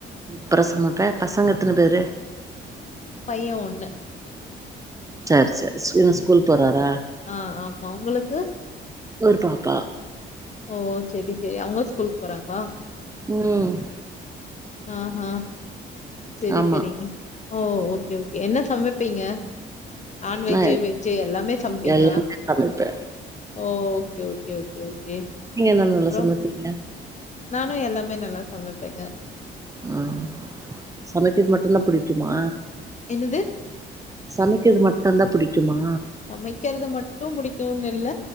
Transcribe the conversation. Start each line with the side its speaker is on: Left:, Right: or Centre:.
Right: அப்புறசமாப்ப பசங்க எத்தன பேரு
Left: பைய ஒண்ணு
Right: சர் சர் என்ன‌ ஸ்கூல்க்கு போறாரா
Left: ஆ ஆமா உங்களுக்கு
Right: ஒரு பாப்பா
Left: ஓ சேரி சேரி அவங்க ஸ்கூலுக் போறாங்ளா
Right: ம்
Left: ஆ ஹா சரி
Right: ஆமா
Left: சரிங்க ஓ ஓகே ஓகே என்ன சமைப்பீங்க நான்வெஜ்ஜு
Right: நா
Left: வெஜ்ஜு எல்லாமே சமப்பீங்க
Right: எல்லாமே சமைப்ப
Left: ஓ ஓகே ஓகே ஓகே ஓகே
Right: நீங்க என்ன நல்லா
Left: அப்றோ
Right: சமைப்பீங்க
Left: நானு எல்லாமே நல்லா சமைப்பேங்க
Right: ஆ சமைக்கிறது மட்டுந்தா புடிக்குமா
Left: என்னது?
Right: சமைக்கது மட்டுந்தா புடிக்குமா
Left: சமைக்கிறது மட்டு பிடிக்கும்ன்னு இல்ல